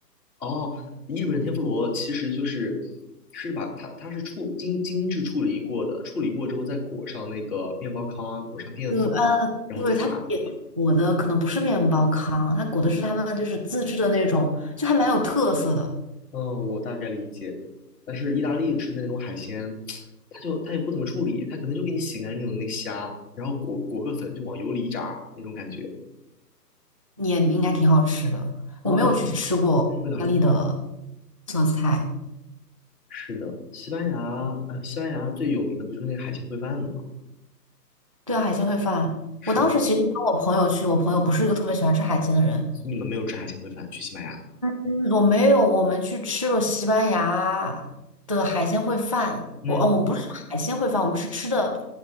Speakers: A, on the left (about 60°); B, on the right (about 20°).
A: 哦，伊比天妇罗其实就是是把它它是处精精致处理过的，处理过之后再裹上那个面包糠啊，裹上淀粉啊，
B: 对，呃，
A: 然后再炸。
B: 对，它也裹的可能不是面包糠，它裹的是他们就是自制的那种，就还蛮有特色的，
A: 嗯，我大概理解。但是意大利吃的那种海鲜，<tsk> 它就它也不怎么处理，它可能就给你洗干净了那个虾，然后裹裹个粉就往油里一炸那种感觉。
B: 也应该挺好吃的。
A: 嗯，
B: 我没有去吃过意大利的
A: 味道还不错。
B: 色菜，
A: 是的，西班牙，呃，西班牙最有名的不就是那个海鲜烩饭吗？
B: 对啊，海鲜烩饭。
A: 是的，
B: 我当时其实跟我朋友去，我朋友不是一个特别喜欢吃海鲜的人，
A: 你们没有吃海鲜烩饭，去西班牙。
B: 嗯我没有，我们去吃了西班牙的海鲜烩饭。
A: 嗯
B: 我哦，我们不是海鲜烩饭，我们是吃的